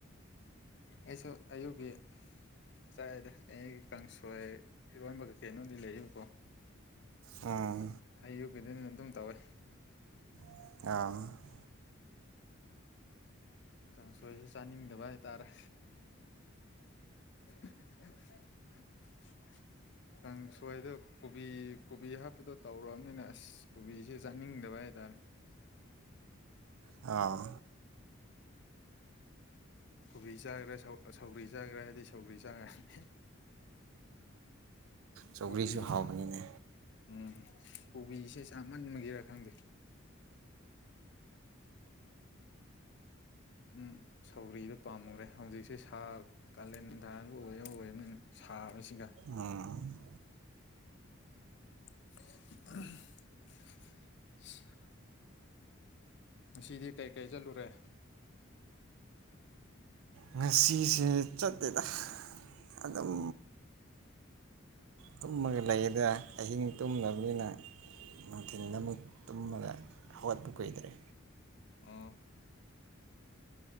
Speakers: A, on the left; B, on the right.
A: ꯑꯩꯁꯨ ꯑꯌꯨꯛꯒꯤ ꯆꯥꯔꯦꯗ ꯑꯩꯒꯤ ꯀꯥꯡꯁꯣꯏ ꯏꯔꯣꯟꯕ ꯀꯩꯀꯩꯅꯣꯗꯤ ꯂꯩꯌꯦꯕꯀꯣ
B: ꯑꯥ
A: ꯑꯌꯨꯛꯀꯤꯗꯨꯅ ꯑꯗꯨꯝ ꯇꯧꯋꯦ
B: ꯑꯥ
A: ꯀꯥꯡꯁꯣꯏꯁ ꯆꯥꯅꯤꯡꯗꯕ ꯍꯥꯏꯇꯥꯔꯦ <unintelligible> ꯀꯥꯡ ꯁꯣꯏꯗ ꯀꯣꯕꯤ ꯀꯣꯕꯤ ꯍꯥꯞꯄꯗꯣ ꯇꯧꯔꯑꯕꯝꯅꯤꯅ ꯑꯁ ꯀꯣꯕꯤꯁꯦ ꯆꯥꯅꯤꯡꯗꯕ ꯍꯥꯏꯇꯥꯔꯦ
B: ꯑꯥ
A: ꯀꯣꯕꯤ ꯆꯥꯈ꯭ꯔꯦ ꯁꯧ ꯁꯧꯒ꯭ꯔꯤ ꯆꯥꯈ꯭ꯔꯥ ꯍꯥꯏꯗꯤ ꯁꯧꯒ꯭ꯔꯤ ꯆꯥꯔꯅꯤ
B: ꯁꯧꯒ꯭ꯔꯤꯁꯨ
A: ꯀꯣꯕꯤꯁꯦ
B: ꯍꯥꯎꯕꯅꯤꯅꯦ
A: ꯎꯝ ꯀꯣꯕꯤꯁꯦ ꯆꯥꯃꯟꯕꯒꯦꯔꯥ ꯈꯪꯗꯦ ꯎꯝ ꯁꯧꯒ꯭ꯔꯤꯗꯣ ꯄꯥꯝꯒꯔꯦ ꯍꯧꯖꯤꯛꯁꯦ ꯁꯥ ꯀꯥꯂꯦꯟꯊꯥꯅ ꯑꯣꯏ ꯑꯣꯏꯕꯅꯤꯅ ꯁꯥꯕꯁꯤꯒ
B: ꯎꯝ
A: <unintelligible> ꯉꯁꯤꯗꯤ ꯀꯩ ꯀꯩ ꯆꯠꯂꯨꯔꯦ
B: ꯉꯁꯤꯁꯦ ꯆꯠꯇꯦꯗ ꯑꯗꯨꯝ ꯇꯨꯝꯃꯒ ꯂꯩꯗ ꯑꯍꯤꯡ ꯇꯨꯝꯗꯕꯅꯤꯅ ꯅꯨꯡꯊꯤꯜꯗ
A: ꯎꯝ
B: ꯑꯃꯨꯛ ꯇꯨꯝꯃꯒ ꯍꯧꯒꯠꯄ ꯀꯨꯏꯗ꯭ꯔꯤ
A: ꯑꯣ